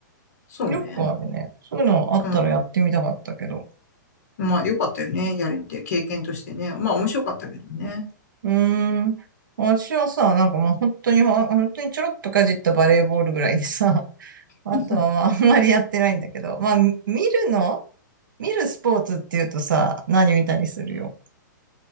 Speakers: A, on the left (about 50°); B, on the right (about 75°).
A: そうね。
B: よくあるね。そういうのあったらやってみたかったけど。
A: うん。まあ、よかったよね。やれて、経験としてね。まあ、面白かったけどね。
B: うーん。私はさ、なんかまあ本当に、ほん本当にちょろっとかじったバレーボールぐらいでさ、<laughs> あとはまああんまりやってないんだけど、
A: <laughs> ス
B: まあみ見るの見るスポーツっていうとさ、何見たりするよ。